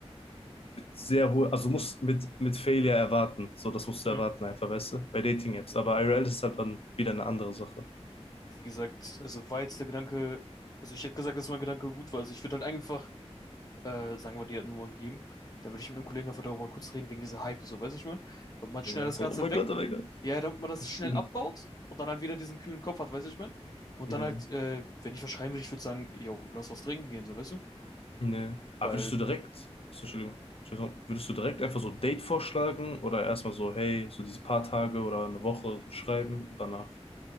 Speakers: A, on the left; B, on the left.
A: mit sehr hohe, also musst mit, mit Failure erwarten, so das musst du
B: hm.
A: erwarten einfach, weißt du, bei Dating-Apps, aber IRL ist halt dann wieder eine andere Sache.
B: Wie gesagt, also war jetzt der Gedanke, also ich hätte gesagt, dass mein Gedanke gut war. Also ich würde halt einfach äh, sagen wir, die hat eine Nummer gegeben, dann würde ich mit einem Kollegen einfach darüber kurz reden, wegen dieser Hype, so, weißt du, was ich meine? Damit man schnell
A: Ja, ja,
B: das
A: so,
B: Ganze
A: oh mein
B: weg,
A: Gott, oh mein Gott.
B: ja, damit man das
A: <laughs>
B: schnell abbaut und dann halt wieder diesen kühlen Kopf hat, weißt du, was ich meine? Und
A: Ja,
B: dann halt, äh, wenn ich was schreiben würde, ich würde sagen, yo, lass was trinken gehen, so, weißt du?
A: ne.
B: Weil,
A: Aber würdest du direkt, so, Entschuldigung, ich würd sagen, würdest du direkt einfach so ein Date vorschlagen oder erstmal so, hey, so diese paar Tage oder eine Woche schreiben und danach?